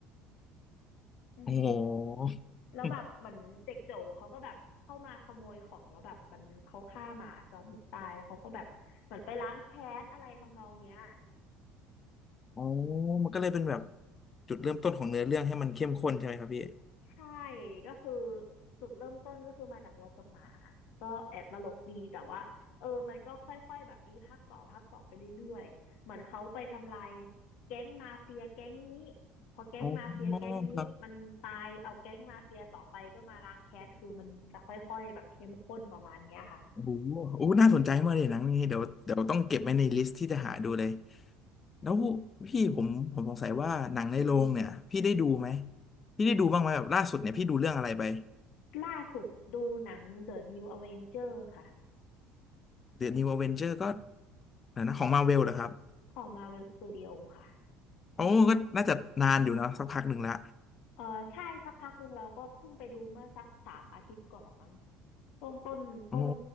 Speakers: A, on the left (about 55°); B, on the left (about 30°).
A: อืม
B: โอ้โห
A: แล้วแบบเหมือนเด็กโจเขาก็แบบเข้ามาขโมยของแล้วแบบมันเขาฆ่าหมาจอห์นวิกตายแล้วเขาก็แบบเหมือนไปล้างแค้นอะไรทำนองเนี้ย
B: <laughs> อ๋อมันก็เลยเป็นแบบจุดเริ่มต้นของเนื้อเรื่องให้มันเข้มข้นใช่ไหมครับพี่
A: ใช่ก็คือจุดเริ่มต้นก็คือมาจากรถกับหมาก็แอบตลกดีแต่ว่าเออมันก็ค่อยๆแบบมีภาคต่อภาคต่อไปเรื่อยๆเหมือนเขาไปทำลายแก๊งมาเฟียแก๊งนี้พอแก๊งมาเฟียแก๊งนี้มันตายเอาแก๊งมาเฟียต่อไปก็มาล้างแค้นคือมันจะค่อยๆแบบเข้มข้นประมาณเนี้ยค่ะ
B: อ๋อครับโอ้โหโอ้น่าสนใจมากเลยหนังนี้เดี๋ยวเดี๋ยวต้องเก็บไว้ในลิสต์ที่จะหาดูเลยแล้วพี่ผมผมสงสัยว่าหนังในโรงเนี่ยพี่ได้ดูไหมพี่ได้ดูบ้างไหมแบบล่าสุดเนี่ยพี่ดูเรื่องอะไรไป
A: ล่าสุดดูหนัง The New Avenger ค่ะ
B: เดอะนิวอเวนเจอร์ก็นะนะของมาเวลเหรอครับ
A: ของ Marvel Studio ค่ะ
B: โอ้ก็น่าจะนานอยู่นะสักพักหนึ่งละ
A: เออใช่สักพักหนึ่งเราก็เพิ่งไปดูเมื่อสักสามอาทิตย์ก่อนมั้งช่วงต้นต้น
B: โอ